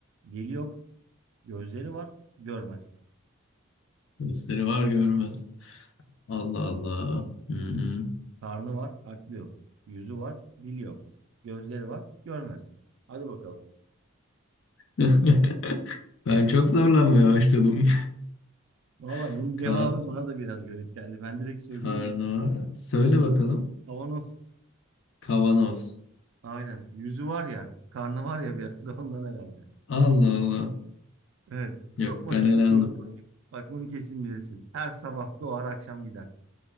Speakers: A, on the right (about 65°); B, on the left (about 60°).
A: Dili yok, gözleri var, görmez.
B: Gösteri var görmez. Allah Allah. Hmm.
A: Karnı var, aklı yok. Yüzü var, dili yok. Gözleri var, görmez. Hadi bakalım.
B: <laughs> Ben çok zorlanmaya başladım.
A: Valla
B: <laughs>
A: bunun cevabı
B: Kar,
A: bana da biraz garip geldi. Ben direkt söyleyeyim
B: karnı
A: bunu.
B: Söyle
A: Son
B: bakalım.
A: sırayı kavanoz.
B: Kavanoz.
A: Aynen. Yüzü var ya, karnı var ya biraz da ondan herhalde.
B: Allah Allah.
A: Evet.
B: Yok
A: Çok basit
B: ben elendim.
A: bir soru soruyorum. Bak bunu kesin bilirsin. Her sabah doğar, akşam gider.